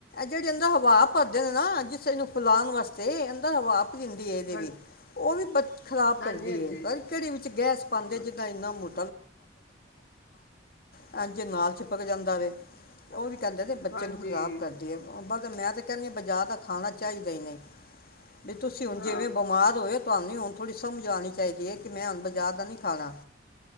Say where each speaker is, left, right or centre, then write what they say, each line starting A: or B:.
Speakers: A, on the left; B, on the left.
A: ਜਿਹੜੇ ਅੰਦਰੋ ਹਵਾ ਭਰਦੇ ਨੇ, ਨਾ ਜਿਸੇ ਨੂੰ ਫਿਲਾਉਣ ਵਾਸਤੇ ਅੰਦਰ ਹਵਾ ਪਰੀ ਹੁੰਦੀ ਹੈ। ਏਦੇ
B: ਹਾਂ
A: ਵਿਚ ਉਹ ਵੀ ਬ ਖਰਾਬ
B: ਹਾਂਜੀ
A: ਕਰਦੀ
B: ਹਾਂਜੀ
A: ਹੈ, ਪਤਾ ਨੀ ਕੇਡੀ ਵਿੱਚ ਗੈਸ ਪਾਉਂਦੇ
B: ਹਾਂ,
A: ਜਿੱਦਾਂ ਇੰਨਾ ਮੋਂ <unintelligible> ਇੰਜ ਨਾਲ ਚਿਪਕ ਜਾਂਦਾ ਵੇ, ਉਵੀ। ਕਹਿੰਦੇ ਨੇ ਬੱਚੇ
B: ਹਾਂਜੀ
A: ਨੂੰ ਖ਼ਰਾਬ ਕਰਦੀ ਹੈ ਮੈਂ ਤੇ ਕਹਿੰਦੀ ਹਾਂ ਬਾਜ਼ਾਰ ਦਾ ਖਾਣਾ ਚਾਹੀਦਾ ਹੀ ਨਹੀਂ ਵੀ ਤੁਸੀਂ ਹੁਣ
B: ਹਾਂ
A: ਜਿਵੇਂ ਬਿਮਾਰ ਹੋਏ ਹੋ ਤੁਹਾਨੂੰ ਹੁਣ ਥੋੜੀ ਸਮਝ ਆਉਣੀ ਚਾਹੀਦੀ ਹੈ ਕਿ ਮੈਂ ਹੁਣ ਬਾਜ਼ਾਰ ਦਾ ਨੀ ਖਾਣਾ